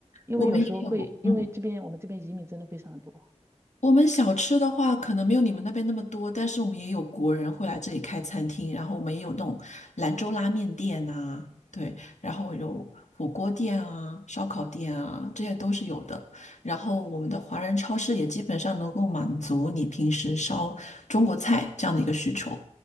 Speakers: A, on the right; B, on the left.
A: 因为有时候会，
B: 我们也有，
A: 因为这边我们这边移民真的非常的多。
B: 嗯。我们小吃的话，可能没有你们那边那么多，但是我们也有国人会来这里开餐厅，然后我们也有那种兰州拉面店啊，对，然后有火锅店啊、烧烤店啊，这些都是有的。然后我们的华人超市也基本上能够满足你平时烧中国菜这样的一个需求。